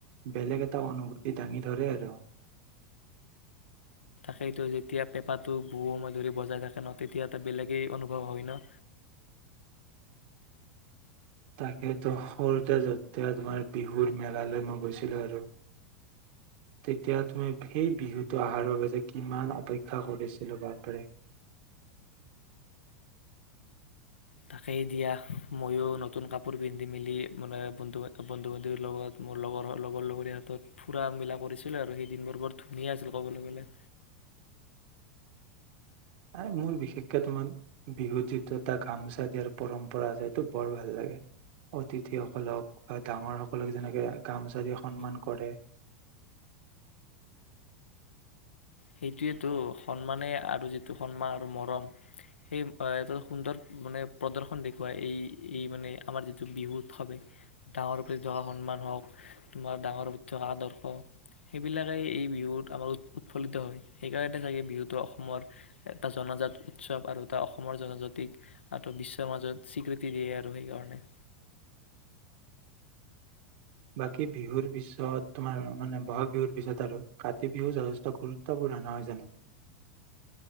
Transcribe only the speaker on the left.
সেইটো যেতিয়া পেপাটো বহু সময় ধৰি বজাই থাকে ন তেতিয়া এটা বেলেগেই অনুভৱ হয় ন।
তাকেই দিয়া ময়ো নতুন কাপোৰ পিন্ধি মেলি মানে বন্ধু বন্ধু বান্ধৱীৰ লগত মোৰ লগৰ লগৰ লগৰ হাতত ফুৰা মিলা কৰিছিলোঁ আৰু সেই দিনবোৰ বৰ ধুনীয়া আছিল ক'বলৈ গ'লে।
সেইটোৱ সন্মানে আৰু যিটো সন্মান আৰু মৰম সেই এটা সুন্দৰ মানে প্ৰদৰ্শন দেখুৱাই এই এই মানে আমাৰ যিটো বিহু উৎসৱে ডাঙৰ প্ৰতি থকা সন্মান হওক তোমাৰ ডাঙৰ প্ৰতি থকা আদৰ্শ সেইবিলাকে এই বিহুত আমাৰ উৎ- উৎফুল্লিত হয়, সেইকাৰণেটো চাগে বিহুটো অসমৰ এটা জনাজাত উৎসৱ আৰু এটা অসমৰ, জনজাতিক আৰু বিশ্বৰ মাজত স্বীকৃতি দিয়ে আৰু সেইকাৰণে